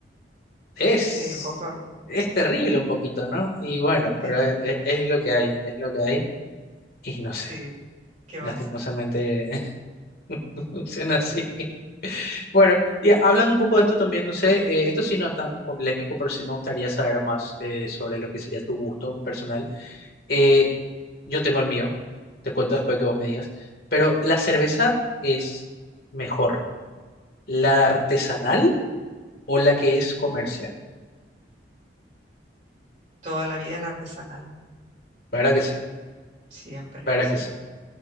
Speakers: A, on the left; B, on the right.
A: es,
B: sí, un poco,
A: es terrible un poquito, ¿no? Y bueno,
B: este,
A: pero es, es- es lo que hay, es lo que hay. Y no sé,
B: sí, ¿qué
A: lastimosamente
B: más? Ujú.
A: <laughs> funciona así. Bueno, y hablando un poco de esto también, no sé, eh, esto sí no es tan polémico, pero sí me gustaría saber más eh, sobre lo que sería tu gusto personal. Eh, yo tengo el mío, te cuento después que vos me digas, pero ¿la cerveza es mejor, la artesanal o la que es comercial?
B: Toda la vida la artesanal.
A: Para que sí,
B: Siempre,
A: para
B: sí,
A: que sí.